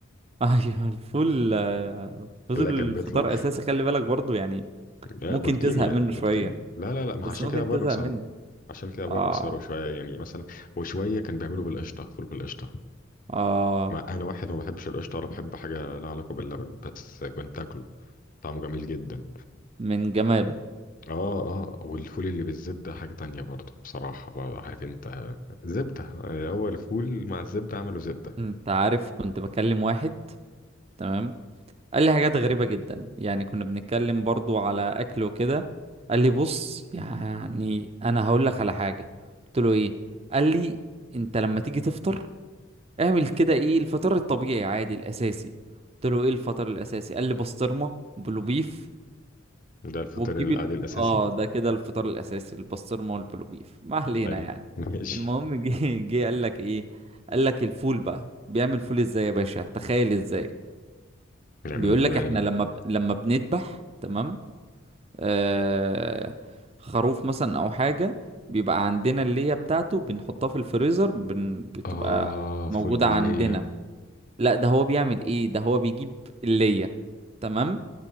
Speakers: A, on the right (about 30°); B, on the left (about 40°).
A: <laughs> ايوه الفول آه، فضل
B: لا كان بيطلع
A: فطار اساسي خلي بالك برضو يعني
B: آه،
A: ممكن
B: بروتين
A: تزهق
B: يا
A: منه
B: بروتين
A: شوية
B: لا لا لا ما
A: بس
B: عشان
A: ممكن
B: كده ابويا
A: تزهق
B: بيكسره
A: منه
B: عشان كده ابويا
A: اه
B: بيكسره شوية يعني مثلا وشوية كان بيعمله بالقشطة فول بالقشطة
A: اه
B: ما انا واحد ما بحبش القشطه ولا بحب حاجه لها علاقه باللبن بس كنت اكله طعمه جميل جدا
A: من جماله
B: اه اه والفول اللي بالزبده حاجه تانية برضه بصراحه برضه عارف انت زبده هو الفول مع الزبده عملوا زبده
A: انت عارف كنت بكلم واحد تمام قال لي حاجات غريبة جدا يعني كنا بنتكلم برضو على أكل وكده قال لي بص يعني أنا هقول لك على حاجة قلت له إيه قال لي أنت لما تيجي تفطر اعمل كده إيه الفطار الطبيعي عادي الأساسي قلت له إيه الفطار الأساسي قال لي بسطرمة بلو بيف
B: ده الفطير
A: وتجيب
B: العادي
A: ال...
B: الاساسي
A: آه ده كده الفطار الأساسي البسطرمة والبلو بيف <laughs> ما علينا
B: حلو
A: يعني
B: <laughs> ماشي
A: المهم جه جه قال لك إيه قال لك الفول بقى بيعمل فول إزاي يا باشا تخيل إزاي
B: بنعمله
A: بيقول
B: ازاي
A: لك احنا لما ب... لما بنذبح تمام آه... خروف مثلا او حاجه بيبقى عندنا الليه بتاعته بنحطها في الفريزر بن... بتبقى
B: اه
A: موجوده
B: فول بالليه
A: عندنا لا ده هو بيعمل ايه ده هو بيجيب الليه تمام